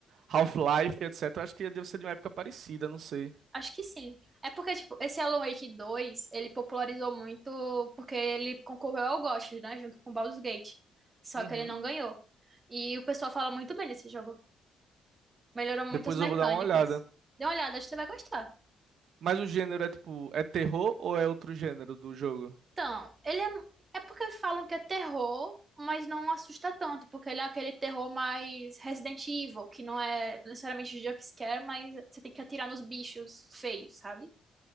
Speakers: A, on the right; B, on the right.
A: Half-Life, etc. Acho que deve ser de uma época parecida, não sei.
B: Acho que sim. É porque, tipo, esse Alan Wake 2 ele popularizou muito porque ele concorreu ao GOTY, né? Junto com Baldur's Gate. Só
A: Uhum.
B: que ele não ganhou. E o pessoal fala muito bem desse jogo. Melhorou muito
A: Depois
B: as mecânicas.
A: eu vou dar uma olhada.
B: Dê uma olhada, acho que você vai gostar.
A: Mas o gênero é tipo, é terror ou é outro gênero do jogo?
B: Então, ele é... É porque falam que é terror, mas não assusta tanto. Porque ele é aquele terror mais Resident Evil, que não é necessariamente jumpscare, mas você tem que atirar nos bichos feios, sabe?